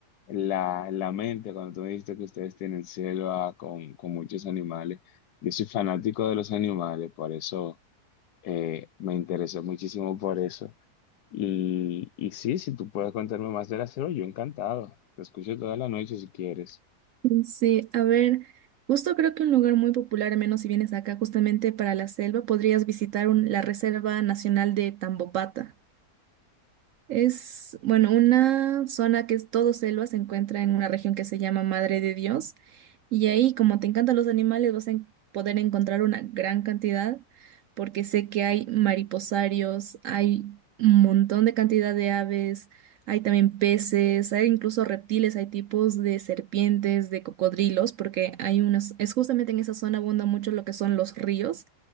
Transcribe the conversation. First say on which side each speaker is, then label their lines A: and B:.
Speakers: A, on the left; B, on the right.
A: la, la mente cuando tú me dijiste que ustedes tienen selva con, con muchos animales. Yo soy fanático de los animales, por eso eh, me interesó muchísimo por eso. Y, y sí, si tú puedes contarme más de la selva, yo encantado. Te escucho toda la noche si quieres.
B: Sí, a ver, justo creo que un lugar muy popular, al menos si vienes acá justamente para la selva, podrías visitar un- la Reserva Nacional de Tambopata. Es, bueno, una zona que es todo selva, se encuentra en una región que se llama Madre de Dios. Y ahí, como te encantan los animales, vas a en- poder encontrar una gran cantidad, porque sé que hay mariposarios, hay un montón de cantidad de aves, hay también peces, hay incluso reptiles, hay tipos de serpientes, de cocodrilos, porque hay unas, es justamente en esa zona abunda mucho lo que son los ríos.